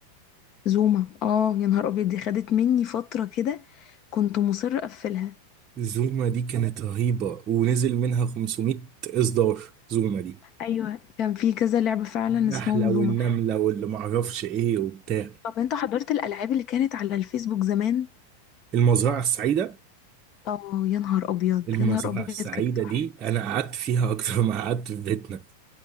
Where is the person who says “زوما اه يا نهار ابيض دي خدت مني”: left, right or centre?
Left